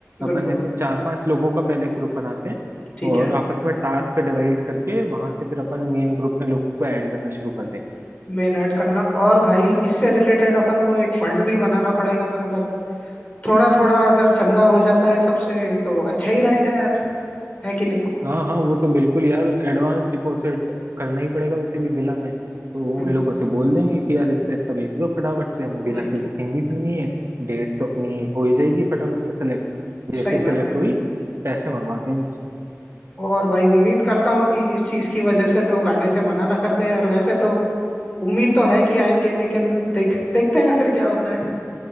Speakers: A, on the left; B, on the right.
A: बिल्कुल
B: अपन ऐसे चार पांच लोगों का पहले ग्रुप बनाते हैं
A: ठीक
B: और
A: है
B: आपस में टास्क डिवाइड करके वहां से फिर अपन मेन ग्रुप में लोगों को ऐड करना शुरू कर देंगे
A: मेन ऐड करना और भाई इससे रिलेटेड अपन को एक फंड भी बनाना पड़ेगा मतलब थोड़ा थोड़ा अगर चंदा हो जाता है सबसे तो अच्छा ही रहेगा यार है कि नहीं
B: हाँ हाँ वो तो बिल्कुल यार एडवांस डिपॉजिट करना ही पड़ेगा वैसे भी विला में तो वो
A: हम्म
B: उन लोगों से बोल देंगे कि यार इतना इतना भेज दो फटाफट से हमें
A: वही
B: विला की
A: तो
B: बुकिंग भी करनी है डेट तो अपनी हो ही जाएगी फटाफट से सेलेक्ट जैसे
A: सही
B: ही
A: बात
B: सेलेक्ट
A: है
B: हुई पैसे मंगवाते हैं इनसे
A: और भाई उम्मीद करता हूँ कि इस चीज की वजह से लोग आने से मना ना कर दे यार वैसे तो उम्मीद तो है कि आएंगे लेकिन देख देखते हैं फिर क्या होता है